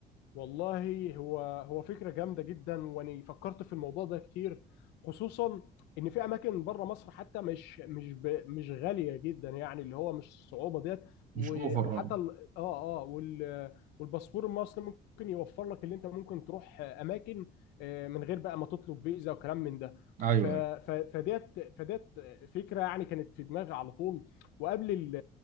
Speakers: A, on the left; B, on the right.
A: والله هو هو فكرة جامدة جدا وأنا فكرت في الموضوع ده كتير خصوصا إن في أماكن بره مصر حتى مش مش ب... مش غالية جدا يعني اللي هو مش الصعوبة ديت
B: مش
A: و...
B: اوفر
A: وحتى
B: اه
A: ال... آه آه وال... والباسبور المصري ممكن يوفر لك اللي أنت ممكن تروح أماكن آه، من غير بقى ما تطلب فيزا وكلام من ده
B: ايوه
A: ف... ف... فديت فديت فكرة يعني كانت في دماغي على طول وقبل ال...